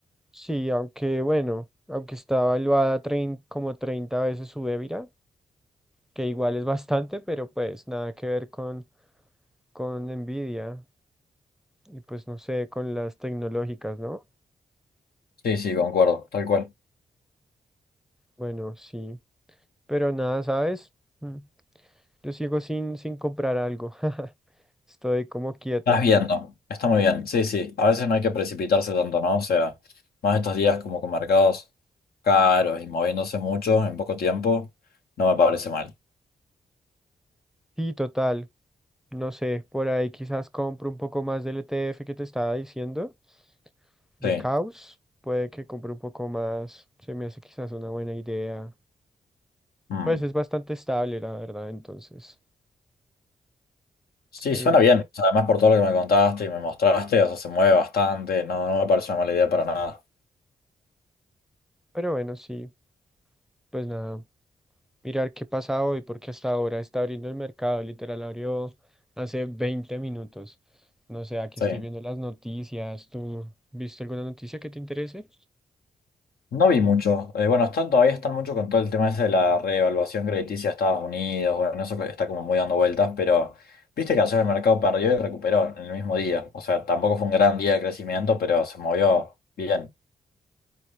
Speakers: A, in the centre; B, on the left.
A: Sí, aunque bueno, aunque está valuada trein- como 30 veces su EBITDA, que igual es bastante, pero pues nada que ver con con Nvidia y pues no sé, con las tecnológicas, ¿no?
B: Sí, sí, concuerdo, tal cual.
A: Bueno, sí, pero nada, ¿sabes? Mm, Yo sigo sin, sin comprar algo, <laughs> estoy como quieto.
B: Estás viendo, está muy bien, sí, sí. A veces no hay que precipitarse tanto, ¿no? O sea, más estos días como con mercados caros y moviéndose mucho en poco tiempo, no me parece mal.
A: Sí, total, no sé, por ahí quizás compro un poco más del ETF que te estaba diciendo, de
B: Sí,
A: Caos, puede que compre un poco más, se me hace quizás una buena idea.
B: mm.
A: Pues es bastante estable, la verdad, entonces,
B: Sí,
A: sí,
B: suena bien. O sea, además por todo lo que me contaste y me mostraste, o sea, se mueve bastante, no, no me parece una mala idea para nada.
A: pero bueno, sí, pues nada. mirar qué pasa hoy, porque hasta ahora está abriendo el mercado, literal abrió hace 20 minutos. No sé, aquí
B: Sí.
A: estoy viendo las noticias. ¿Tú viste alguna noticia que te interese?
B: No vi mucho. Eh, bueno, están, todavía están mucho con todo el tema ese de la reevaluación crediticia de Estados Unidos. Bueno, eso está como muy dando vueltas, pero viste que ayer el mercado perdió y recuperó en el mismo día. O sea, tampoco fue un gran día de crecimiento, pero se movió bien.